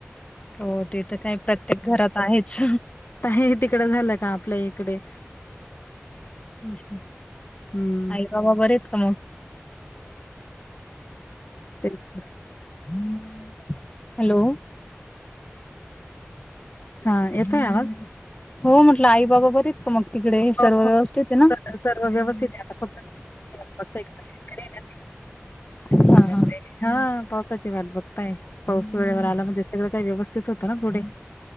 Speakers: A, on the left; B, on the left.
A: हो ते तर काय प्रत्येक घरात आहेच
B: आहे तिकड झालं का <unintelligible> आपल्या इकडे
A: तेच ना
B: हम्म.
A: आई बाबा बर आहेत का मग?
B: <unintelligible>
A: हॅलो
B: हा येतोय आवाज?
A: हो म्हटलं आई बाबा बर आहेत का मग तिकडे
B: हो
A: सर्व
B: हो.
A: व्यवस्थित आहे
B: सर्व
A: ना
B: सर्व व्यवस्थित आहे आता फक्त <unintelligible> हं <unintelligible>
A: हा हा
B: पावसाची वाट बघताय पाऊस वेळेवर आला म्हणजे सगळं काही व्यवस्थित होतं ना पुढे